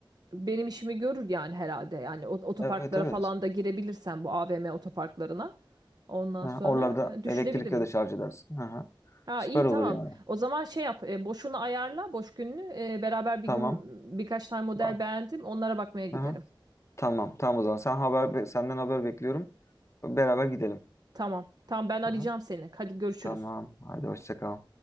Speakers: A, on the right (about 50°); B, on the left (about 35°).
A: benim işimi görür yani herhalde. Yani ot- otoparklara
B: Evet evet.
A: falan da girebilirsen bu AVM otoparklarına. Ondan
B: Ha,
A: sonra
B: oralarda
A: e, düşünebilirim.
B: elektrikle de şarj edersin. Aha.
A: Ha
B: Süper
A: iyi
B: olur
A: tamam.
B: yani.
A: O zaman şey yap e, boşunu ayarla boş gününü. E, beraber bir
B: Tamam.
A: gün birkaç tane model
B: Ba-
A: beğendim. Onlara bakmaya gidelim.
B: Aha. Tamam. Tamam o zaman. Sen haber be- senden haber bekliyorum. Beraber gidelim.
A: Tamam. Tamam ben arayacağım
B: Aha.
A: seni. Hadi görüşürüz.
B: Tamam. Haydi hoşça kal.